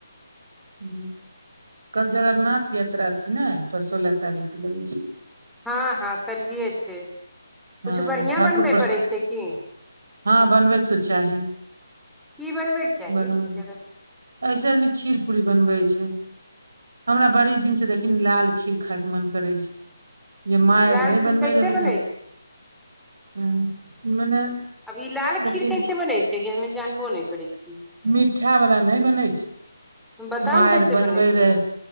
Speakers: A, on the right; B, in the centre.
A: ह कल जगरनाथ यात्रा के छै ने फ सोलह तारीख के लगे छै
B: हँ हँ कलहि छै
A: हँ
B: कछु बढ़िआ
A: ठाकुर
B: बनबे
A: प्रसाद
B: पड़ै छै कि
A: हँ बनबैके त चाही
B: की बनबैके चाही
A: बनबै।
B: जखन
A: ऐसे आदमी खीर पूरी बनबै छै हमरा बड़ी दिन से देखी लाल खीर खाय के मन करै छै। जे माय
B: लाल
A: आर नहि
B: खीर
A: बनबै
B: कैसे
A: रहै
B: बनै
A: हँ मने
B: अब ई लाल
A: देखिन
B: खीर केसे बनै छै जे हमे जानबो नहि करै छीयै।
A: मिठा बला नहि बनै छै
B: बताउ
A: मारि
B: ने कैसे
A: बनबै
B: बनै छै
A: रहे।